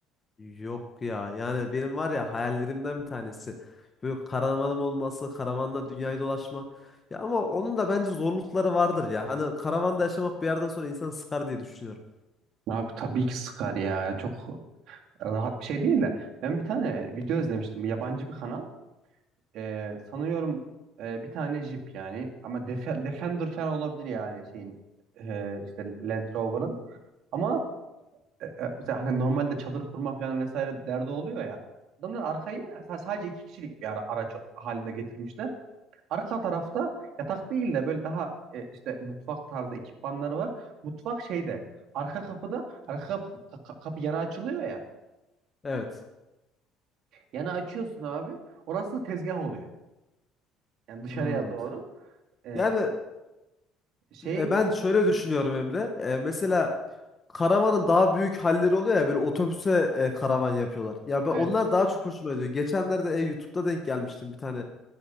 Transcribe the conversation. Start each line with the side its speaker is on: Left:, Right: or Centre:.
Left: yok ya. Yani benim var ya hayallerimden bir tanesi. Böyle karavanım olması, karavanla dünyayı dolaşmak. Ya ama onun da bence zorlukları vardır ya. Hani karavanda yaşamak bir yerden sonra insanı sıkar diye düşünüyorum.
Right: Abi tabii ki sıkar ya çok rahat bir şey değil de ben bir tane video izlemiştim bir yabancı bir kanal. Ee, sanıyorum e, bir tane Jeep yani ama Def- Defender falan olabilir yani şeyin e, işte Land Rover'ın ama e, e, mesela hani normalde çadır kurma falan vesaire derdi oluyor ya adamlar arkayı sa- sadece iki kişilik bir ara- araç haline getirmişler. Arka tarafta yatak değil de böyle daha e, işte mutfak tarzı ekipmanları var. Mutfak şeyde arka kapıda arka kapı, ka- kapı yana açılıyor ya
Left: Evet.
Right: yana açıyorsun abi orası tezgah oluyor yani dışarıya
Left: Hmm.
Right: doğru. E,
Left: Yani
Right: şey
Left: E, ben şöyle düşünüyorum Emre. E, mesela karavanın daha büyük halleri oluyor ya böyle otobüse e, karavan yapıyorlar. Ya ben,
Right: Evet.
Left: onlar daha çok hoşuma gidiyor. Geçenlerde e, YouTube'da denk gelmiştim bir tane